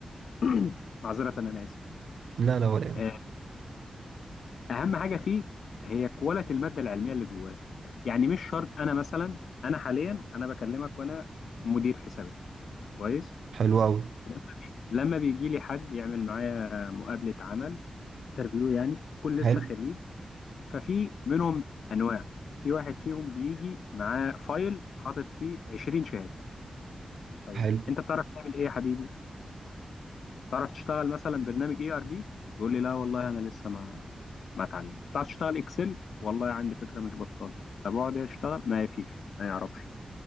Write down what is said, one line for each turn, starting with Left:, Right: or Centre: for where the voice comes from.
Left: <clears throat> معذرة انا اسف
Right: لا لا ولا يهمك.
Left: آه، اهم حاجه فيه هي كواليتي الماده العلميه اللي جواه يعني مش شرط انا مثلا انا حاليا انا بكلمك وانا مدير حسابات كويس
Right: حلو قوي
Left: لما بي- لما بيجي لي حد يعمل معايا مقابله عمل انترفيو يعني كل لسه
Right: حلو
Left: خريج ففي منهم انواع في واحد فيهم بيجي معاه فايل حاطط فيه 20 شهاده طيب
Right: حلو
Left: انت بتعرف تعمل ايه يا حبيبي تعرف تشتغل مثلا برنامج اي ار بي يقول لي لا والله انا لسه ما ما اتعلمت تعرف تشتغل اكسل والله عندي فكره مش بطاله طب اقعد اشتغل ما فيش ما يعرفش